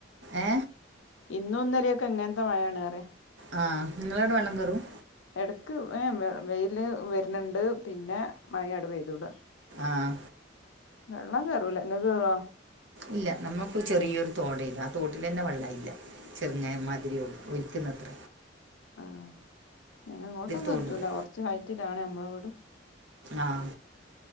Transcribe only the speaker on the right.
ഏ
ആ നിങ്ങളടെ വള്ളം കേറും
ആഹ
ഇല്ല നമ്മുക്ക് ചെറിയൊരു തോടെനു ആ തോട്ടിലന്നെ വെള്ളായില്ല ചെർങ്ങനമാതിരി ഒ കിന്നത്
തോടുണ്ട്
ആഹ്